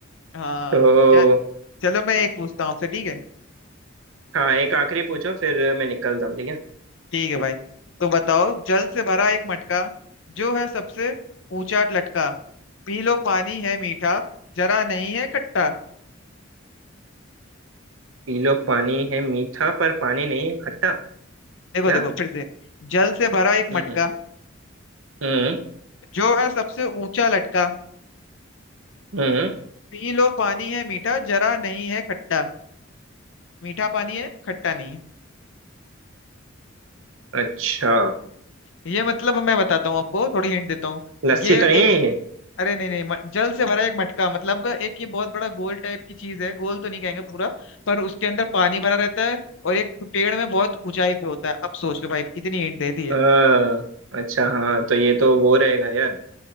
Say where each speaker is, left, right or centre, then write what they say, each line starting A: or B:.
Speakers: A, on the left (about 65°); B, on the right (about 70°).
A: हाँ
B: तो
A: चल चलो मैं एक पूछता हूँ आपसे ठीक है
B: हाँ एक आखिरी पूछो फिर मैं निकलता हूँ ठीक है
A: ठीक है भाई तो बताओ जल से भरा एक मटका जो है सबसे ऊंचा लटका पी लो पानी है मीठा जरा नहीं है खट्टा
B: पी लो पानी है मीठा पर पानी नहीं है खट्टा क्या
A: देखो देखो फिर से जल से भरा एक
B: हम्म
A: मटका
B: हम्म हम्म
A: जो है सबसे ऊंचा लटका
B: हम्म, हम्म,
A: पी लो पानी है मीठा जरा नहीं है खट्टा मीठा पानी है खट्टा नहीं
B: अच्छा
A: है ये मतलब मैं बताता हूँ आपको थोड़ी हिंट देता हूँ
B: लस्सी
A: ये
B: तो नहीं
A: एक
B: है ये
A: अरे नहीं नहीं म- जल से भरा एक मटका मतलब एक ये बहुत बड़ा गोल टाइप की चीज है गोल तो नहीं कहेंगे पूरा पर उसके अंदर पानी भरा रहता है और एक पेड़ में बहुत ऊंचाई पे होता है अब सोच लो भाई इतनी हिंट दे दी है
B: अ, अच्छा हाँ तो ये तो वो रहेगा यार